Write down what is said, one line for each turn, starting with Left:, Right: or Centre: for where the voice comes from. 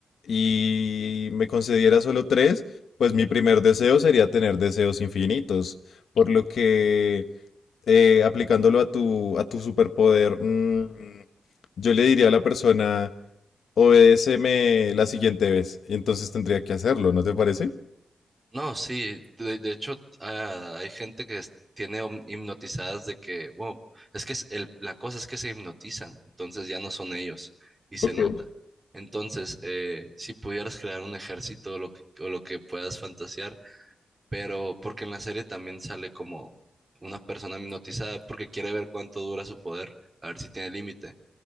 Left: y me concediera solo tres, pues mi primer deseo sería tener deseos infinitos. Por lo que eh, aplicándolo a tu, a tu superpoder, mm, yo le diría a la persona... obedéceme la siguiente vez. Y entonces tendría que hacerlo, ¿no te parece?
Right: No, sí, de, de hecho ah, hay gente que es- tiene hom- hipnotizadas de que, wow, es que es el- la cosa es que se hipnotizan, entonces ya no son ellos y se
Left: Ok.
Right: nota. Entonces, eh, si pudieras crear un ejército o lo que, o lo que puedas fantasear, pero porque en la serie también sale como una persona hipnotizada porque quiere ver cuánto dura su poder, a ver si tiene límite.